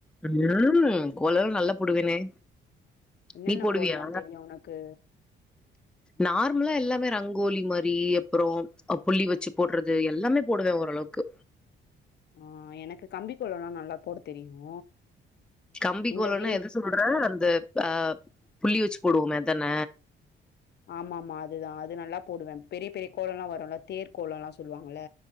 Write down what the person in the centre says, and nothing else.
ம் கோலல்லா நல்லா போடுவேனே
நீ போடுவியா
நார்மலா எல்லாமே ரங்கோலி மாரி அப்பறோ புள்ளி வச்சு போடுறது எல்லாமே போடுவே ஓரளவுக்கு
கம்பி
கோலன்னா
எது சொல்ற அந்த ஆ புள்ளி வச்சு போடுவோமே அதான